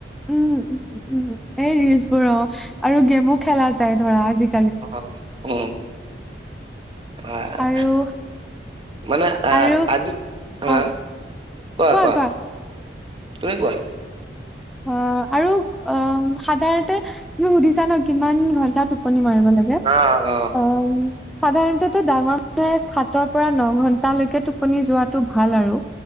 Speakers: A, in the centre; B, on the right.
A: উম-উম-উম এই ৰিলচবোৰ অ আৰু গেমো খেলা যায় ধৰা আজি।
B: অঁ উম। আহ
A: আৰু
B: মানে আ
A: আৰু
B: আজি হা।
A: অ',
B: কোৱা-কোৱা,
A: কোৱা কোৱা
B: তুমি কোৱা?
A: অ', আৰু অ', সাধাৰণতে তুমি সুধিছা ন কিমান ঘন্টা টোপনি মাৰ শুব লাগে,
B: অ', অ',
A: অঁ', উম', সাধাৰণতে ডাঙৰ মানুহে সাতৰ পৰা ন ঘন্টালৈকে টোপনি যোৱাটো ভাল আৰু